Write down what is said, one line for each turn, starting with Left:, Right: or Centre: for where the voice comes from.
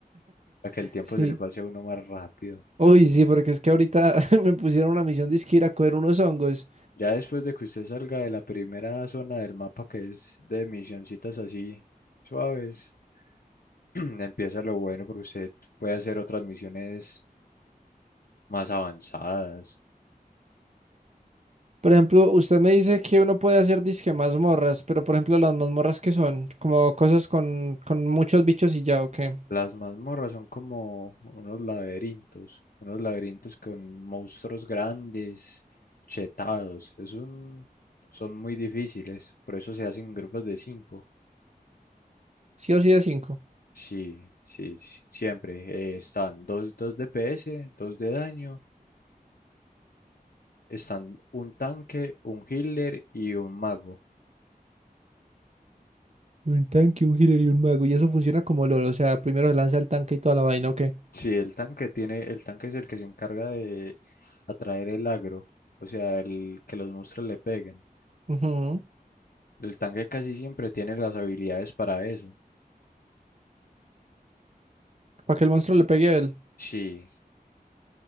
Left: para que el tiempo
Right: Sí.
Left: se le pase a uno más rápido.
Right: Uy, sí, porque es que ahorita <laughs> me pusieron una misión de ir a coger unos hongos.
Left: Ya después de que usted salga de la primera zona del mapa, que es de misioncitas así suaves, <clears throat> empieza lo bueno porque usted puede hacer otras misiones más avanzadas
Right: Por ejemplo, usted me dice que uno puede hacer disque mazmorras, pero por ejemplo, las mazmorras que son, como cosas con, con muchos bichos y ya, ¿o qué?
Left: Las mazmorras son como unos laberintos, unos laberintos con monstruos grandes, chetados. Es un, son muy difíciles, por eso se hacen grupos de cinco.
Right: Sí o sí de cinco.
Left: Sí, sí, sí, siempre eh, están dos, dos DPS, dos de daño, están un tanque, un healer y un mago.
Right: Un tanque, un healer y un mago. Y eso funciona como LOL. O sea, primero se lanza el tanque y toda la vaina, ¿o qué?
Left: Sí, el tanque tiene, el tanque es el que se encarga de atraer el agro, o sea, el que los monstruos le peguen.
Right: Para
Left: El tanque casi siempre tiene las habilidades para eso.
Right: que el monstruo le pegue a él.
Left: Sí,